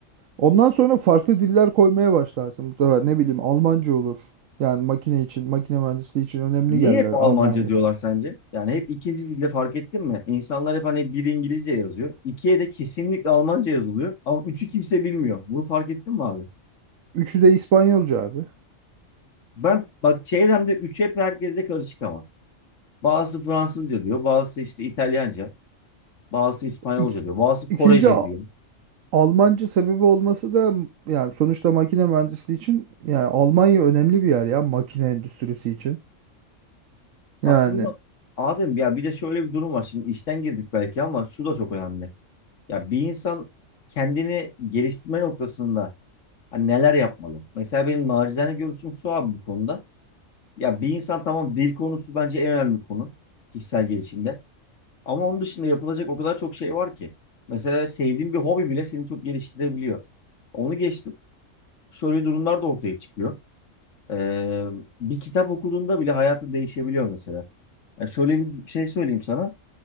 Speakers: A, on the right (about 80°); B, on the left (about 75°).
A: Ondan sonra farklı diller koymaya başlarsın bu sefer. Ne bileyim Almanca olur. Yani makine için, makine mühendisliği için önemli
B: Niye
A: yerler
B: hep Almanca
A: Almanya.
B: diyorlar sence? Yani hep ikinci dilde fark ettin mi? İnsanlar hep hani bir İngilizce yazıyor. ikiye de kesinlikle Almanca yazılıyor. Ama üçü kimse bilmiyor. Bunu fark ettin mi abi?
A: Üçü de İspanyolca abi.
B: Ben bak çevremde üç hep herkesle karışık ama. Bazısı Fransızca diyor. Bazısı işte İtalyanca. Bazısı İspanyolca
A: İk,
B: diyor. Bazısı
A: ikinci
B: Korece
A: A-
B: diyor.
A: Almanca sebebi olması da m- yani sonuçta makine mühendisliği için yani Almanya önemli bir yer ya makine endüstrisi için. Yani
B: Aslında Adem ya bir de şöyle bir durum var. Şimdi işten girdik belki ama şu da çok önemli. Ya bir insan kendini geliştirme noktasında hani neler yapmalı? Mesela benim nacizane görüşüm şu abi bu konuda. Ya bir insan tamam dil konusu bence en önemli konu kişisel gelişimde. Ama onun dışında yapılacak o kadar çok şey var ki. Mesela sevdiğin bir hobi bile seni çok geliştirebiliyor. Onu geçtim. Şöyle durumlar da ortaya çıkıyor. Ee, bir kitap okuduğunda bile hayatın değişebiliyor mesela. Yani şöyle bir şey söyleyeyim sana.